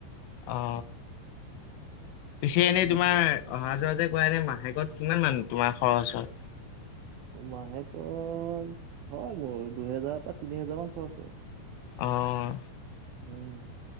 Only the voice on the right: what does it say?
চল্লিশ
পন-
মাহেকৰ হয় মোৰ দুহেজাৰৰ পৰা তিনি হেজাৰ মান খৰচ হয়।
উম